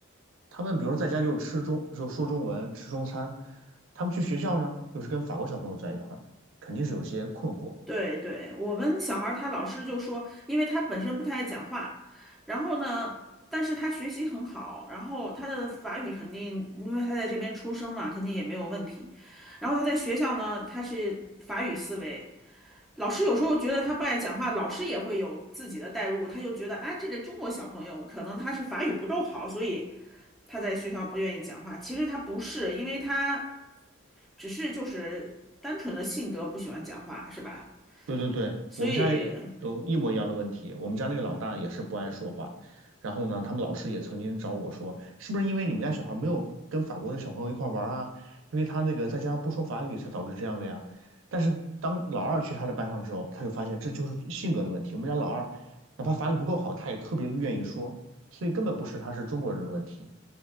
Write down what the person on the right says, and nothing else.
他们比如说在家就吃中，就说中文，吃中餐，他们去学校呢，又是跟法国小朋友在一块儿，肯定是有些困惑。
对对对，
我们家也有一模一样的问题。我们家那个老大也是不爱说话，然后呢，他们老师也曾经找我说，是不是因为你们家小孩没有跟法国的小朋友一块儿玩儿啊？因为他那个在家不说法语才导致这样的呀。但是当老二去他的班上之后，他就发现这就是性格的问题。我们家老二哪怕法语不够好，他也特别愿意说，所以根本不是他是中国人的问题。